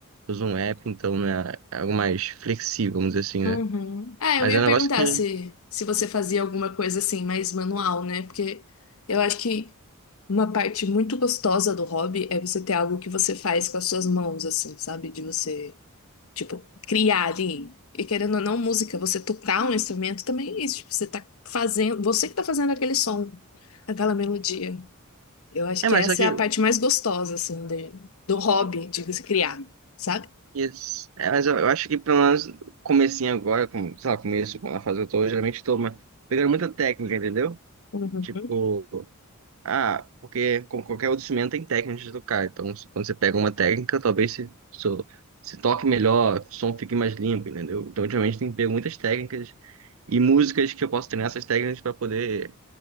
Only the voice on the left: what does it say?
Uhum. Ah, eu
ia
perguntar
se, se você fazia alguma coisa assim, mais manual, né? Porque eu acho que uma parte muito gostosa do hobby é você ter algo que você faz com as suas mãos, assim, sabe? De você, tipo, criar ali. E querendo ou não, música, você tocar um instrumento também é isso. Tipo, você tá fazendo, você que tá fazendo aquele som, aquela melodia. Eu acho
que
essa
é a parte mais gostosa, assim, de- do hobby, de se criar, sabe?
Uhum,